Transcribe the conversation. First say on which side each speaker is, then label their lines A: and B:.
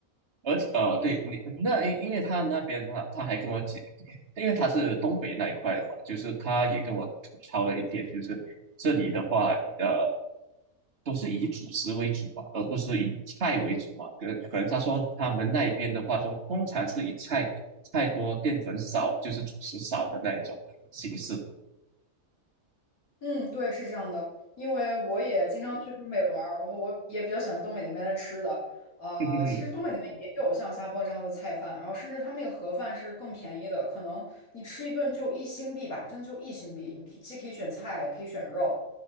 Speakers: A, on the right; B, on the left.
A: 而且呃，对你那因因为他那边他他还跟我讲，因为他是东北那一块的嘛，就是他也跟我吐槽了一点，就是这里的话，呃，都是以主食为主嘛，而不是以菜为主嘛。可能可能他说他们那边的话，都通常是以菜菜多、淀粉少，就是主食少的那一种形式。
B: 嗯，对，是这样的，因为我也经常去东北玩儿，然后我也比较喜欢东北那边的吃的。呃，
A: <laughs>
B: 其实东北那边也有像下坡这样的菜饭，然后甚至他们那个盒饭是更便宜的，可能你吃一顿就一新币吧，真的就一新币。你可以既可以选菜，可以选肉，